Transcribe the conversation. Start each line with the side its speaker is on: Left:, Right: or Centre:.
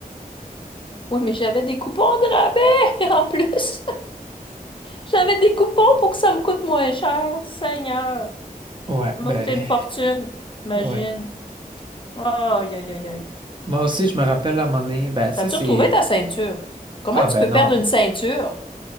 Left: Oui, mais j'avais des coupons de rabais <laughs> en plus. J'avais des coupons pour que ça me coûte moins cher. Seigneur,
Right: Ouais,
Left: ça m'a
Right: ben,
Left: coûté une fortune. Imagine.
Right: ouais.
Left: Aïe, aïe, aïe, aïe.
Right: Moi aussi, je me rappelle à un moment donné, ben, ça,
Left: As-tu
Right: c'est.
Left: retrouvé ta ceinture? Comment
Right: Ah, ben
Left: tu peux
Right: non.
Left: perdre une ceinture?